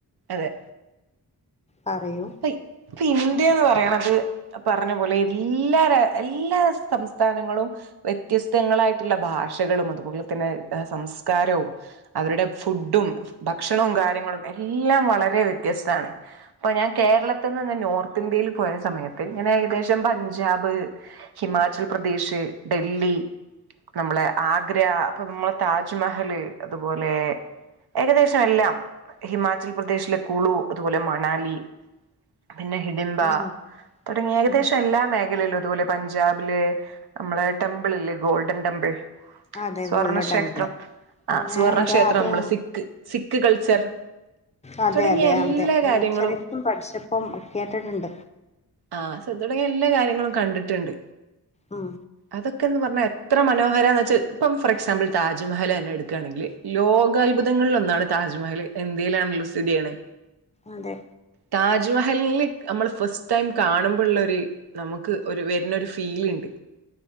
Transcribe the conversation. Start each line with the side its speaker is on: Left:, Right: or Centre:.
Right: അതെ
Left: പറയൂ
Right: ഇപ്പ ഇപ്പ ഇന്ത്യേന്ന് പറയണത് അ പറഞ്ഞ പോലെ ഇല്ലാര എല്ലാ സംസ്ഥാനങ്ങളും വ്യത്യസ്തങ്ങളായിട്ടുള്ള ഭാഷകളും അതുപോലെ തന്നെ ആ സംസ്കാരവും അവരുടെ ഫുഡും ഭക്ഷണവും കാര്യങ്ങളും എല്ലാം വളരെ വ്യത്യസ്താണ് പ്പൊ ഞാൻ കേരളത്തിന്ന് ഞാൻ നോർത്ത് ഇന്ത്യയില് പോയ സമയത്ത് ഞാൻ ഏകദേശം പഞ്ചാബ് ഹിമാചൽ പ്രദേശ്, ഡല്ലി നമ്മളെ ആഗ്ര അപ്പൊ മ്മളെ താജ്മഹല് അതുപോലെ ഏകദേശം എല്ലാം ഹിമാചൽ പ്രദേശിലെ കുളു അതുപോലെ മണാലി പിന്നെ ഹിടിമ്പ
Left: ആണോ
Right: തുടങ്ങി ഏകദേശം
Left: ഉം
Right: എല്ലാ മേഖലയിലും ഇതുപോലെ പഞ്ചാബില് നമ്മളെ ടെമ്പിൾ അല്ലേ ഗോൾഡൻ ടെമ്പിൾ
Left: അതെ
Right: സുവർണക്ഷേത്രം
Left: ഗോൾഡൻ ടെമ്പിള്
Right: ആ
Left: ഞാൻ
Right: സുവർണക്ഷേത്രം
Left: അയിന്റെ അതെ
Right: നമ്മള് സിക്ക് സിക്ക് കൾച്ചർ
Left: അതെ
Right: തുടങ്ങിയ
Left: അതെ
Right: എല്ലാ
Left: അതെ
Right: കാര്യങ്ങളും
Left: ഞാ ചെരിപ്പം പഠിച്ചപ്പും ഒ കേട്ടിട്ടുണ്ട്
Right: ആഹ് സ തുടങ്ങിയ എല്ലാ കാര്യങ്ങളും കണ്ടിട്ടുണ്ട്
Left: ഉം
Right: അതൊക്കെന്ന് പറഞ്ഞാ എത്ര മനോഹര എന്ന് വച്ചാൽ ഇപ്പം ഫോർ എക്സാമ്പിൾ താജ്മഹൽ തന്നെ എടുക്കയാണെങ്കിൽ ലോകാത്ഭുതങ്ങളിൽ ഒന്നാണ് താജ്മഹൽ എന്തേലാണല്ലോ സ്ഥിതിയാണ്
Left: അതെ
Right: താജ്മഹലില് നമ്മള് ഫസ്റ്റ് ടൈം കാണുമ്പോഴുള്ള ഒരു നമുക്ക് ഒരു വരുന്ന ഒരു ഫീൽ ഉണ്ട്